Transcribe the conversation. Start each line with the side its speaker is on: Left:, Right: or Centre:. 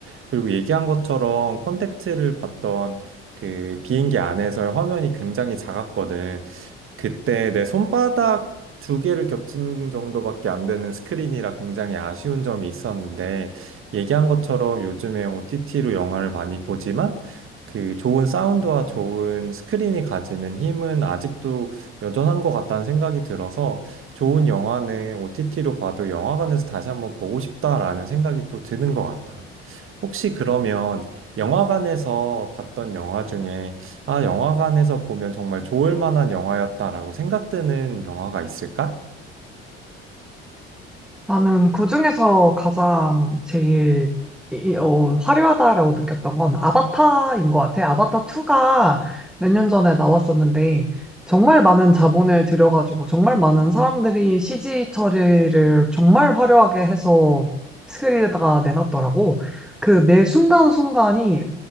Right: 그리고 얘기한 것처럼 컨택트를 봤던 그 비행기 안에서의 화면이 굉장히 작았거든. 그때 내 손바닥 두 개를 겹친 정도밖에 안 되는 스크린이라 굉장히 아쉬운 점이 있었는데, 얘기한 것처럼 요즘에 OTT로 영화를 많이 보지만, 그 좋은 사운드와 좋은 스크린이 가지는 힘은 아직도 여전한 것 같다는 생각이 들어서, 좋은 영화는 OTT로 봐도 영화관에서 다시 한번 보고 싶다라는 생각이 또 드는 것 같아. 혹시 그러면 영화관에서 봤던 영화 중에 아, 영화관에서 보면 정말 좋을 만한 영화였다라고 생각되는 영화가 있을까?
Centre: 나는 그중에서 가장 제일 이- 이- 어, 화려하다라고 느꼈던 건 아바타인 것 같아. 아바타 2가 몇 년 전에 나왔었는데 정말 많은 자본을 들여가지고 정말 많은 사람들이 CG 처리를 정말 화려하게 해서 스크린에다가 내놨더라고. 그 매 순간순간이